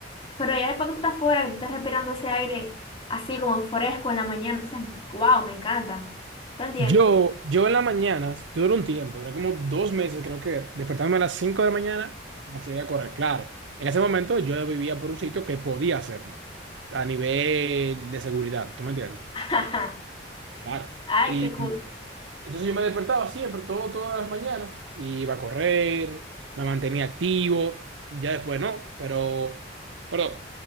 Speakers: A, on the left (about 30°); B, on the right (about 80°).
A: Pero ya después que tú estás fuera, que tú estás respirando ese aire así como fresco en la mañana, tú dices, wow, me encanta. ¿Tú entiendes?
B: Yo, yo en las mañanas, duró un tiempo, duré como dos meses, creo que despertándome a las 5 de la mañana para salir a correr. Claro, en ese momento yo vivía por un sitio que podía hacerlo a nivel de seguridad, ¿tú me entiendes?
A: <laughs>
B: Claro.
A: Ay,
B: Y
A: qué cool.
B: entonces yo me despertaba siempre, todo, todas las mañanas, iba a correr, me mantenía activo, ya después no, pero, perdón,